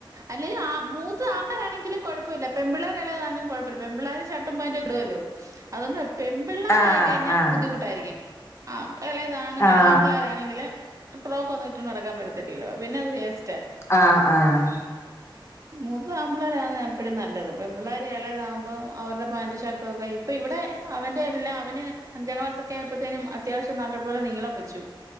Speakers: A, on the right; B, on the left.
A: അല്ലേലും ആ മൂ ത്തത് ആമ്പിള്ളാരാണെങ്കിലും കുഴപ്പല്ല പെമ്പിള്ളേര് എളയ ആണേലും കുഴപ്പല്ലെ പെമ്പിള്ളേര് ഷർട്ടും പാന്റും ഇടോല്ലോ അതോണ്ട് പെൺപിള്ളാരായി
B: ആഹ്
A: കഴിഞ്ഞാൽ
B: ആഹ്
A: ബുദ്ധിമുട്ടായിരിക്കും ആഹ് ഇളയതാണുങ്ങൾ
B: ആഹ്
A: ആമ്പിള്ളേരാണെങ്കില് ഫ്രോക്ക് ഒന്ന് ഇട്ടോണ്ട് നടക്കാൻ പറ്റത്തില്ലല്ലോ പിന്നെ അത് വേസ്റ്റ
B: ആഹ് ആഹ്
A: മുത്തത് ആമ്പിപിള്ളരാവുന്നതാ എപ്പഴും നല്ലത് പെൺപിള്ളേർ എളേതാവുമ്പോ അവരുടെ പാന്റും ഷർട്ടൊക്കെ അപ്പൊ ഇവിടെ അവന്റെ എല്ലാം അവന് അഞ്ചാം ക്ലാസ്സൊക്കെ ആയപ്പോത്തേനും അത്യാവശ്യം നല്ലപോലെ നീളം വെച്ചു